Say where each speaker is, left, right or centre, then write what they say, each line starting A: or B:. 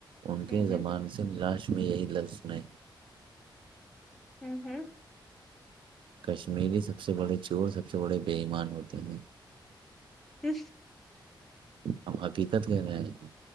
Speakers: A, on the right; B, in the centre.
A: ان
B: ہوں
A: کے
B: ہوں
A: زبان سے لاش میں یہی لفظ میں
B: ہوں ہوں
A: کشمیری سب سے بڑے چور سب سے بڑے بئیمان ہوتے ہیں
B: ا
A: ہم حقیقت گئے رہ ہیں